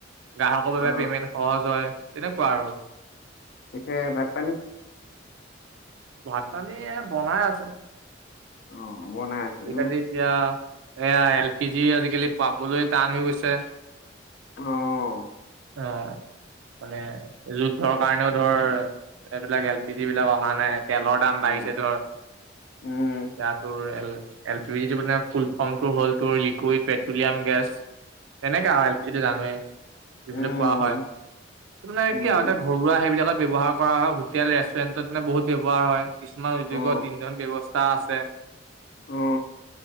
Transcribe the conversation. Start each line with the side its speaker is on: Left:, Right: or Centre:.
Right: গ্ৰাহকৰ বাবে
Left: অহ
Right: পেমেণ্ট সহজ হয় তেনেকুৱা আৰু।
Left: এ ভাত পানী?
Right: ভাত পানী এ বনাই আছে।
Left: অ। বনাই আছে
Right: আজিকালি
Left: ন
Right: এতিয়া এয়া এল পি জি আজিকালি পাবলৈ টান হৈ গৈছে।
Left: অঁ।
Right: অঁ মানে যুদ্ধৰ কাৰণেও ধৰ, এইবিলাক এল পি জি বিলাক অহা নাই তেলৰ দাম
Left: উম
Right: বাঢ়ি পিছে ধৰ
Left: উম,
Right: এয়া তোৰ এল পি জিটো মানে ফুল ফৰ্মটো হ'ল তোৰ লিকুইড পেট্ৰলিয়াম গেছ। এনেকাে আহ এল পি জিটো জানোৱেই। যিবিলাক
Left: উম উম
Right: কোৱা হয়, সেইটো মানে
Left: উম
Right: কি আও এ ঘৰুৱা সেইবিলাকত ব্যৱহাৰ কৰা হয় হোটেল ৰেষ্টুৰেন্টত। মানে বহুত ব্যৱহাৰ হয় কিছুমান উদ্যোগত
Left: অ
Right: ইন্ধন ব্যৱস্থা আছে।
Left: অ